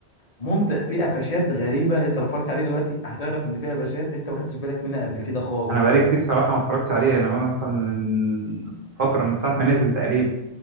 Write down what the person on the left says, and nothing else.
ممتع فيه قفشات غريبه انت لو اتفرجت عليه دلوقتي هتعرف ان فيه قفشات انت ما خدتش بالك منها قبل كده خالص